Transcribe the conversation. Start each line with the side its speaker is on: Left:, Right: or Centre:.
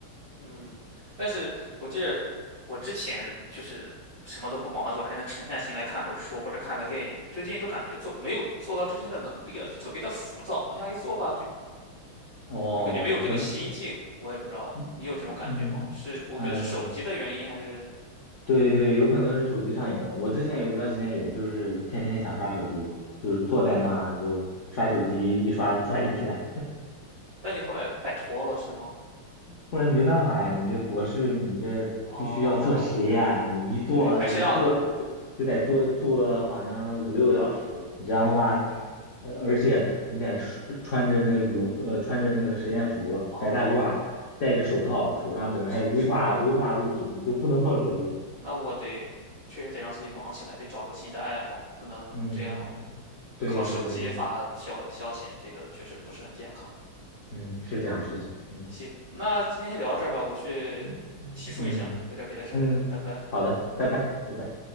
Right: 嗯，但是我记得我之前就是什么都不忙的时候，还能沉下心来看会儿书或者看个电影。最近都感觉做没有做到这天的能力了，就特别的浮躁。往下一坐吧，就
Left: 哦，
Right: 就感觉没有这个心境。
Left: 可能，
Right: 我也不知道你有这种感觉吗？
Left: 嗯嗯呃，
Right: 是我觉得是手机的原因，还是
Left: 对对，有可能是手机上瘾了。我之前有一段时间，也就是天天想刷手机，就是坐在那儿就刷手机，一刷刷一天。
Right: 但你后来摆脱了是吗？
Left: 后来没办法呀，你这博士，你这必须要做实验，
Right: 哦，
Left: 你一做，
Right: 对，还是让
Left: 我一做就得做做好像五六个小时，
Right: 嗯，
Left: 你这样的话，呃，而且你得穿穿着那个羽绒，呃，穿着那个实验服，
Right: 哦，
Left: 白大褂，戴着手套，手上可能还有危化危化物品，
Right: 是是是，
Left: 你都不能碰手机。
Right: 那我得确实得让自己忙起来，得找个新的爱好，不能这样
Left: 嗯，对对对，
Right: 靠手机发消消遣，这个确实不是很健康。
Left: 嗯，是这样，是这样，嗯
Right: 行，那今天先聊到这儿吧，我去洗漱一下，
Left: 嗯嗯
Right: 有点别的事儿，
Left: 嗯，
Right: 拜拜。
Left: 好的，拜拜，拜拜。